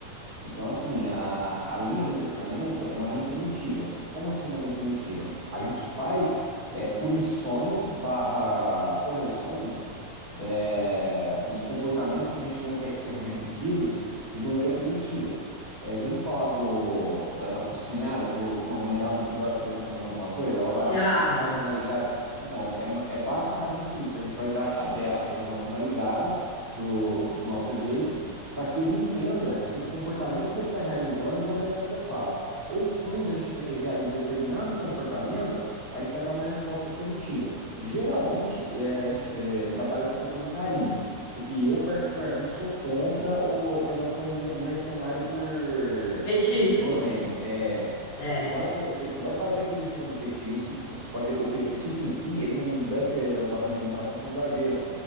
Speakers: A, on the right; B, on the left.
A: Então, assim, a, a linha de adestramento é uma linha primitiva. Como assim uma linha primitiva? A gente faz é, punições barra correções é, nos comportamentos que a gente não quer que sejam repetidos de maneira primitiva. É, já ouviu falar do, da, da focinhada que o- uma mãe dá no filhote quando ele está fazendo alguma coisa? Ela
B: já.
A: vai lá, pá, dá uma narigada. Então, é, ma- é basicamente isso. A gente vai dar, abre aspas, a nossa narigada do, do nosso jeito para que ele entenda que aquele comportamento que ele está realizando não deve ser adequado. Ou quando a gente quer que ele realize determinado comportamento, a gente vai dar uma resposta positiva. Geralmente, é, a gente é, trabalha com a questão do carinho, porque eu, particularmente, sou contra o tornar o cão um mercenário por
B: Petisco.
A: guloseima. É,
B: É,
A: a hora que você, você só vai fazer aquilo em cima do petisco, você pode. O petisco em si, ele não deve ser usado na alimentação com exagero,